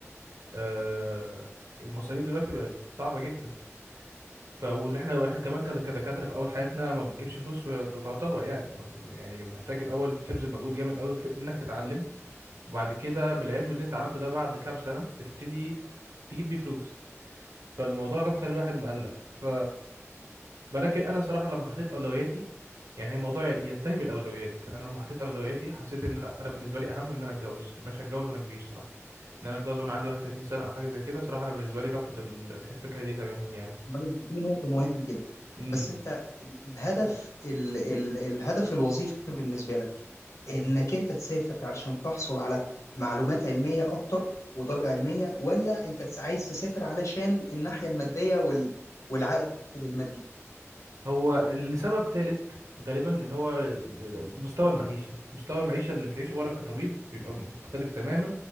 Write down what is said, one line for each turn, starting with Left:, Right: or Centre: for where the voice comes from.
Right: آه، المصاريف دلوقتي بقت صعبه جدا ف واللي احنا احنا كمان كد- كدكاتره في اول حياتنا ما بتجيبش فلوس تعتبر يعني يعني محتاج الاول بتبذل مجهود جامد قوي في انك تتعلم وبعد كده بالعلم اللي انت عملته ده بعد كام سنة بتبتدي تجيب بيه فلوس فالموضوع ده مخلي الواحد مقلق ف ولكن انا صراحة لما حطيت اولوياتي يعني هي الموضوع ينتهي بالاولويات انا لما حطيت اولوياتي حسيت ان انا بالنسبة لي اهم ان انا اتجوز مش هتجوز وانا كبير صراحة ان انا اتجوز وانا عندي 31 سنة او حاجة زي كده صراحة انا بالنسبة لي رفض ال- الفكرة دي تماما يعني
Left: طيب، دي نقطة مهمة جدا
Right: مم.
Left: بس انت الهدف ال ال الهدف الوظيفي بالنسبة لك انك انت تسافر علشان تحصل على معلومات علمية اكتر ودرجة علمية ولا انت تس- عايز تسافر علشان الناحية المادية وال والعائد المادي
Right: هو لسبب ثالث غالبا اللي هو مستوى المعيشة مستوى المعيشة اللي بتعيشه بره كطبيب بيبقى مختلف تماما